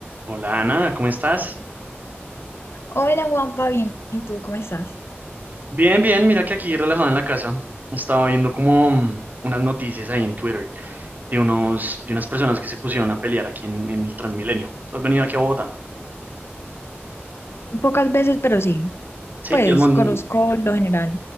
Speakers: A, on the right; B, on the left.
A: Hola Ana, ¿cómo estás?
B: Hola Juanpa, bien, ¿y tú cómo estás?
A: Bien, bien, mira que aquí relajado en la casa. Estaba viendo como mm, unas noticias ahí en Twitter de unos, de unas personas que se pusieron a pelear aquí en, en el Transmilenio. ¿Has venido aquí a Bogotá?
B: Pocas veces, pero sí.
A: Sí,
B: Pues
A: y, has mon-
B: conozco lo general.